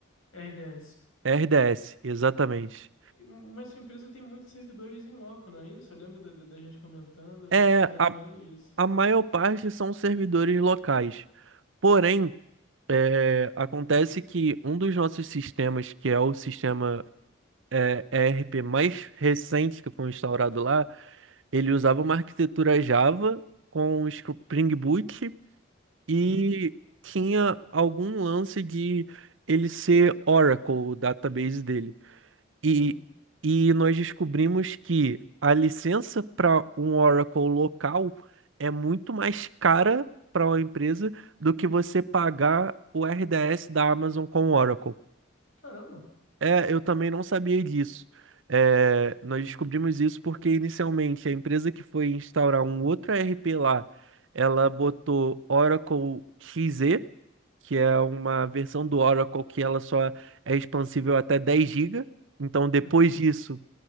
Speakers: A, on the left; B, on the right.
A: RDS.
B: RDS, exatamente.
A: E- Mas sua empresa tem muitos servidores em loco, não é isso? Eu lembro da, da da gente comentando,
B: É,
A: se eu não
B: a,
A: me engano, é isso.
B: a maior parte são servidores locais. Porém. É, acontece que um dos nossos sistemas, que é o sistema é, ERP mais recente que foi instaurado lá, ele usava uma arquitetura Java com Spring Boot e
A: Uhum.
B: tinha algum lance de ele ser Oracle, o database dele.
A: Sim.
B: E, e nós descobrimos que a licença para um Oracle local é muito mais cara para uma empresa do que você pagar o RDS da Amazon com o Oracle.
A: Caramba.
B: É, eu também não sabia disso. É, nós descobrimos isso porque inicialmente a empresa que foi instaurar um outro ERP lá, ela botou Oracle XE, que é uma versão do Oracle que ela só é expansível até dez GB. Então, depois
A: Uhum.
B: disso,